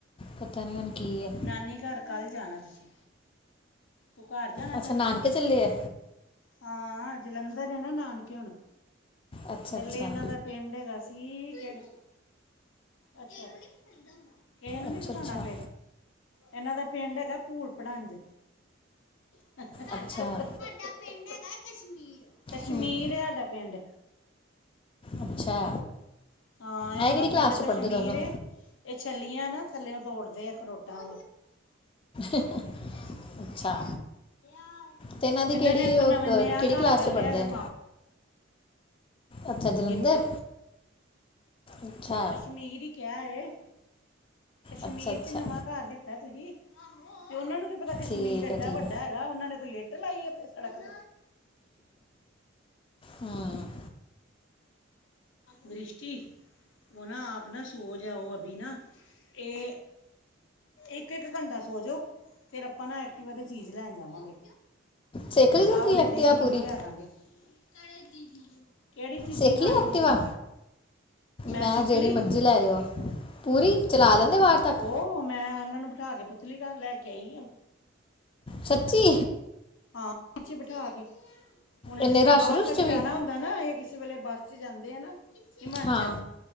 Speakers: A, on the left; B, on the left.
A: ਪਤਾ ਨਹੀਂ, ਹੁਣ ਕੀ ਹੈ?
B: ਨਾਨੀ ਘਰ ਕੱਲ੍ਹ ਜਾਣਾ ਤੁਸੀਂ, ਤੂੰ ਘਰ ਜਾਣਾ
A: ਅੱਛਾ
B: ਚਾਹੁੰਦਾ
A: ਨਾਨਕੇ
B: ਹੈਂ?
A: ਚੱਲੇ ਆ
B: ਹਾਂ, ਜਲੰਧਰ ਨੇ ਨਾ ਨਾਨਕੇ ਹੁਣ?
A: ਅੱਛਾ
B: ਪੈਲੇ
A: ਅੱਛਾ
B: ਇਹਨਾਂ ਦਾ ਪਿੰਡ ਹੈਗਾ ਸੀ। ਠੀਕ ਹੈ। ਅੱਛਾ, ਇਸ ਨੂੰ ਪਿੰਡ ਬਾਰੇ
A: ਅੱਛਾ
B: ਨਹੀ <unintelligible> ਦੱਸਣਾ।
A: ਅੱਛਾ
B: ਇਹਨਾਂ ਦਾ ਪਿੰਡ ਹੇਗਾ, ਭੂੜ ਭੜਾਂਜ। ਸਾਡਾ
A: ਅੱਛਾ
B: ਪਿੰਡ ਹੈਗਾ ਕਸ਼ਮੀਰ, ਕਸ਼ਮੀਰਹੈ
A: ਹੂੰ
B: ਸਾਡਾ ਪਿੰਡ।
A: ਅੱਛਾ
B: ਹਾਂ ਇਹਨਾਂ
A: ਹੈ ਕਿਹੜੀ
B: ਦਾ
A: ਕਲਾਸ
B: ਪਿੰਡ
A: 'ਚ ਪੜ੍ਹਦੇ
B: ਕਸ਼ਮੀਰ
A: ਦੋਨੋਂ
B: ਏ। ਇਹ ਛੱਲੀਆਂ ਨਾ ਥੱਲੇਓ ਤੋੜਦੇ ਆ ਅਖਰੋਟਾਂ
A: ਹ ਅੱਛਾ।
B: ਮਾਮੂ
A: ਤੇ ਇਹਨਾਂ ਦੀ ਕਿਹੜੀ ਉਹ, ਕ-
B: ਨੇ ਨਵਾਂ
A: ਕਿਹੜੀ
B: ਘਰ
A: ਕਲਾਸ
B: ਲੈ
A: 'ਚ
B: ਲਿਆ
A: ਪੜ੍ਹਦੇ
B: ਹੈ।
A: ਆ ਅੱਛਾ, ਜਲੰਧਰ।
B: ਚ
A: ਅੱਛਾ
B: ਕਸ਼ਮੀਰ ਹੀ ਕਿਹਾ ਏ ਕਸ਼ਮੀਰ
A: ਅੱਛਾ ਅੱਛਾ
B: ਚ ਨਵਾਂ ਘਰ ਲਿੱਤਾ। ਤੁਹਾਨੂੰ ਤੇ ਉਹਨਾਂ ਨੂੰ ਕੀ ਪਤਾ ਕਸ਼ਮੀਰ
A: ਠੀਕ
B: ਇੰਨਾ
A: ਹੈ ਠੀਕ
B: ਵੱਡਾ ਹੈ। ਉਹਨਾਂ ਨੇ ਕਿਹੜਾ ਸਾਰਾ ਦੇਖਿਆ ਹੈ। ਤੇ ਲਾਈ ਏ ਇੱਥੇ ਸੜਕ ਤੇ।
A: ਹੂੰ
B: ਦ੍ਰਿਸ਼ਟੀ। ਉਹ ਨਾ ਆਪ ਹੀ ਸੋਚ ਰਿਹਾ ਹੈ। ਇੱਕ-ਇੱਕ ਘੰਟਾ ਸੋ ਜਾਓ ਫਿਰ ਆਪਾਂ ਨਾ ਐਕਟੀਵਾਤੇ ਚੀਜ਼ ਲੈਣ ਜਾਵਾਂਗੇ।
A: ਸਿੱਖ ਲਈ ਜੇ
B: ਆ
A: ਤੁਸੀਂ
B: ਵਲੇ
A: ਐਕਟਿਵਾ
B: ਦੀਦੀ ਨੂੰ
A: ਪੂਰੀ
B: ਵੀ ਲਿਆਂਦਾ ਗੇ <unintelligible> ਕਿਹੜੀ ਚੀਜ਼ੀ
A: ਸਿੱਖ
B: ਖਾਣੀ
A: ਲਈ ਐਕਟਿਵਾ
B: ਤੁਸੀਂ।
A: ਮੈਂ
B: ਸਿੱਖ
A: ਜਿਹੜੀ
B: ਲਈ
A: ਮਰਜ਼ੀ ਲੈ ਲਵਾਂ ਪੂਰੀ ਚਲਾ ਲੈਂਦੀ ਹਾਂ ਬਾਹਰ ਤੱਕ।
B: ਉਹ ਮੈਂ ਉਹਨਾਂ ਨੂੰ ਬਿਠਾ ਕੇ ਅੰਕਲ ਨੂੰ ਪੁਤਲੀਘਰ ਲੈ ਕੇ ਆਈ।
A: ਸੱਚੀ।
B: ਹਾਂ, ਪਿੱਛੇ ਬਿਠਾ ਕੇ ਹੁਣ
A: ਇੰਨੇ
B: ਜਿਸ ਤਰ੍ਹਾਂ
A: ਰਸ਼
B: ਬਾਹਰ
A: ਰੁਸ਼
B: ਤੱਕ
A: 'ਚ ਵੀ
B: ਜਾਣਾ ਹੁੰਦਾ ਹੈ। ਨਾ, ਇਹ ਕਿਸੇ ਵੇਲੇ ਬੱਸ ਵਿੱਚ ਜਾਂਦੇ ਹਨ, ਨਾ। ਹਿਮਾਚਲ
A: ਹਾਂ